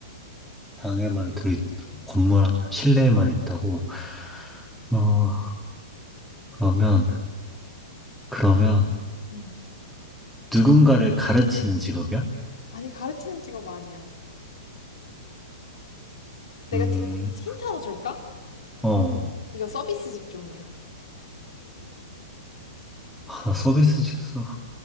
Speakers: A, in the centre; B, on the left (about 75°).
A: 방에만 들이, 건물, 실내에만 있다고. 어, 그러면, 그러면,
B: 음.
A: 누군가를 가르치는 직업이야?
B: 아니, 가르치는 직업 아니야. 내가
A: 음,
B: 티- 힌트 하나 줄까?
A: 어,
B: 이거 서비스 직종이야.
A: 아, 나 서비스 직사,